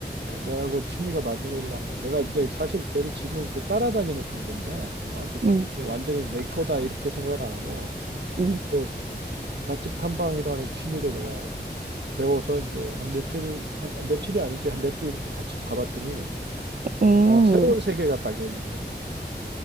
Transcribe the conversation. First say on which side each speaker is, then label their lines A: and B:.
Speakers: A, on the right; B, on the right.
A: 그 내하고 취미가 맞는 애를 한번, 내가 이제 사실 걔를 지금은 그 따라다니는 단계인데, 뭐 아직
B: 응,
A: 그게 완전히 내 거다 이렇게 생각을 안 하고,
B: 응.
A: 근데 맛집 탐방이라는 취미를 내가 배워서 이제 한 며칠, 한, 며칠이 아니지, 한 몇 주 이렇게 같이 가봤더니,
B: 오
A: 아, 새로운 세계가 딱 열리더라.